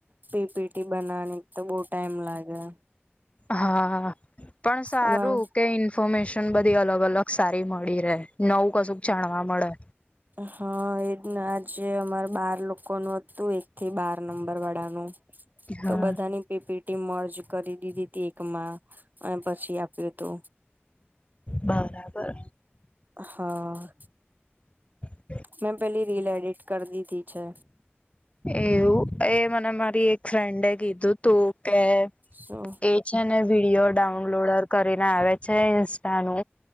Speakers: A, on the right (about 45°); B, on the left (about 30°).
A: પી પેટી બનાવવાની તો બહ ટાઈમ લાગે
B: હા પણ સારુ
A: અમાર
B: કે ઇન્ફોમેશન બધી અલગ અલગ સારી મળી રહે નવુ કશુક જાણવા મળે
A: હા એજ ના આજે અમાર બાર લોકોનું હતુ, એક થી બાર નંબર વાળાનુ
B: હા
A: તો બધાની પીપીટી મર્જ કરી દીધી હતી એકમાં અને પછી આપ્યું હતુ.
B: બરાબર
A: હા
B: હ
A: મે પેલી રીલ એડિટ કરી દીધી છે.
B: એવું એ મને મારી એક ફ્રેન્ડ એ કીધુ તુકે
A: શું
B: એ છેને, વિડીિયો ડાઉનલોડ કરીને આવે છે ઇન્સ્ટાનુ